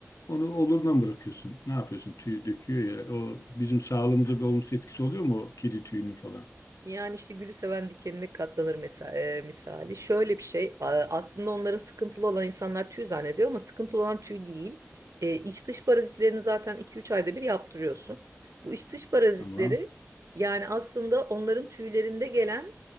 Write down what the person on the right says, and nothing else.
Yani işte gülü seven dikenine katlanır mesela, e, misali. Şöyle bir şey a- aslında onların sıkıntılı olan insanlar tüy zannediyor ama sıkıntılı olan tüy değil. E, iç dış parazitlerini zaten 2-3 ayda bir yaptırıyorsun. Bu iç dış parazitleri
yani aslında onların tüylerinde gelen